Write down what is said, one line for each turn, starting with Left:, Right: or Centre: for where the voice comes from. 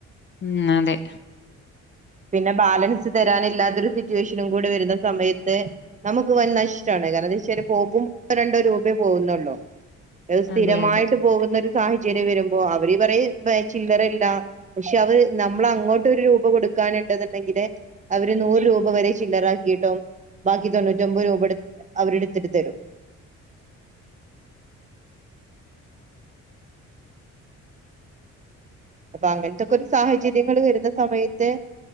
Left: ഉം അതെ
Right: പിന്നെ ബാലൻസ് തരാനില്ലാത്തൊരു സിറ്റുവേഷനും കൂടെ വരുന്ന സമയത്ത്. നമുക്ക് വൻ നഷ്ടാണ് കാരണം എന്താച്ചാൽ പോകും രണ്ടോ രൂപേ പോകുന്നുള്ളു ഹ് സ്ഥിരമായിട്ട്
Left: അതെ അതെ
Right: പോകുന്ന ഒരു സാഹചര്യം വരുമ്പോ അവര് പറയും പേ ചില്ലറയില്ല പക്ഷെ അത് നമ്മള് അങ്ങോട്ടൊരുരൂപ കൊട് ടുക്കാനുണ്ട്എന്നുണ്ടെങ്കില് അവര് നൂറ് രൂപ വരെ ചില്ലറാക്കിയിട്ടോ ബാക്കി തൊണ്ണൂറ്റിഒമ്പത് രൂപ എട് അവരെടുത്തിട്ട് തരും അപ്പൊ അങ്ങനത്തെക്കെ ഒരു സാഹചര്യങ്ങള് വരുന്ന സമയത്ത്